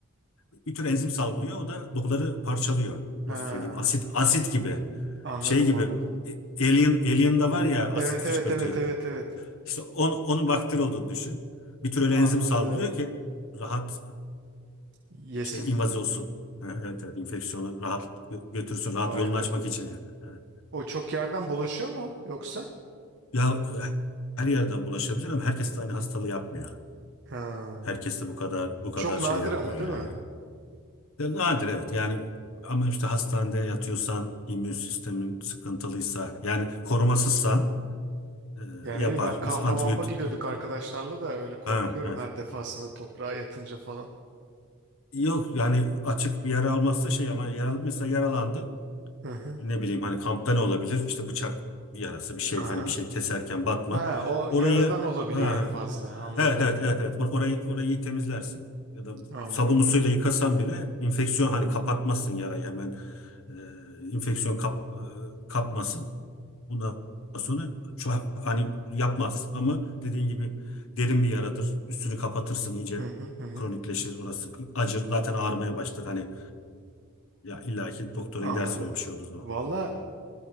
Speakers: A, on the left (about 65°); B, on the right (about 55°).
A: bir tür enzim salgılıyor. O da dokuları parçalıyor.
B: Ha,
A: Nasıl söyleyeyim? Asit asit gibi.
B: anladım
A: Şey gibi.
B: anladım.
A: e, Alien, Alien'da var ya asit
B: Evet
A: fışkırtıyor.
B: evet evet evet evet.
A: İşte on, onun bakteri olduğunu düşün. Bir tür öyle
B: Anladım.
A: enzim salgılıyor ki rahat
B: Yesin.
A: e, şey invaz olsun. Ha, Evet, evet enfeksiyonu rahat gö- götürsün. Rahat
B: Vay
A: yolunu
B: be.
A: açmak için. Ha.
B: O çok yerden bulaşıyor mu yoksa?
A: Ya e, her yerden bulaşabilir ama herkes de aynı hastalığı yapmıyor.
B: Ha.
A: Herkes de bu kadar bu kadar
B: Çok nadir
A: şey yapmıyor
B: ama
A: yani.
B: değil mi?
A: Ya Nadir evet yani ama işte hastanede yatıyorsan immün sistemin sıkıntılıysa yani korumasızsan e,
B: Yani
A: yapar.
B: ne bileyim ben kampa
A: Mesela antibiyotik
B: mampa gidiyorduk arkadaşlarla da öyle korkuyorum
A: ha, evet.
B: her defasında toprağa yatınca falan.
A: Yok yani açık bir yara almazsa şey ama yara, mesela yaralandı.
B: Hı hı.
A: ne bileyim hani kampta ne olabilir? İşte bıçak bir yarası bir şey
B: Aha.
A: hani bir şey keserken batma.
B: Ha o
A: Orayı
B: yaradan olabiliyor
A: ha,
B: en fazla. Anladım.
A: evet evet evet evet Or- orayı orayı iyi temizlersin ya da
B: Anladım.
A: sabunlu suyla yıkasan bile enfeksiyon hani kapatmasın yarayı hemen e, enfeksiyon kap, e, kapmasın. Ondan sonra şu an hani yapmaz ama dediğin gibi derin bir yaradır. Üstünü kapatırsın iyice
B: Hı hı hı. hı.
A: kronikleşir orası acır zaten ağrımaya başlar hani ya illaki doktora
B: Anladım.
A: gidersin öyle bir şey olduğu zaman.
B: Valla